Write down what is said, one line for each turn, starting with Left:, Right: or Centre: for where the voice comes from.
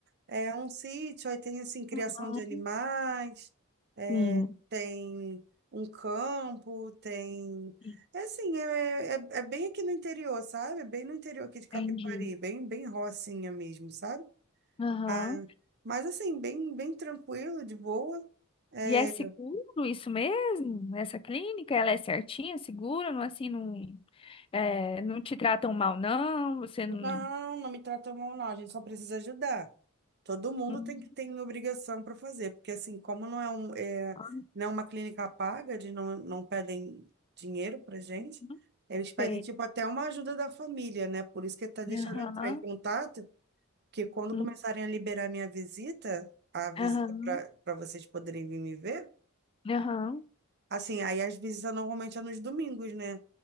Right: É um sítio, aí tem assim, criação
Left: aham,
Right: de animais, é,
Left: sim,
Right: tem um campo, tem.
Left: sim,
Right: É assim, é, é, é é bem aqui no interior, sabe? Bem no interior aqui de Capivari,
Left: entendi.
Right: bem, bem rocinha mesmo, sabe?
Left: Aham.
Right: Ah, mas assim, bem, bem tranquilo, de boa. É,
Left: E é seguro isso mesmo? Essa clínica, ela é certinha, segura, não assim, não, é, não te tratam mal, não, você
Right: Não,
Left: não,
Right: não me tratou mal, não. A gente só precisa ajudar. Todo mundo
Left: Hum,
Right: tem que tem obrigação para fazer, porque assim, como não é um é,
Left: ah,
Right: não é uma clínica paga, eles não, não pedem dinheiro pra gente,
Left: não
Right: eles pedem
Left: sei.
Right: tipo até uma ajuda da família, né? Por isso que tá deixando
Left: Aham,
Right: eu entrar em contato, que quando
Left: hum,
Right: começarem a liberar minha visita, a visita
Left: aham,
Right: para vocês poderem vir me ver,
Left: aham,
Right: Assim, aí às vezes eu- normalmente é nos domingos, né?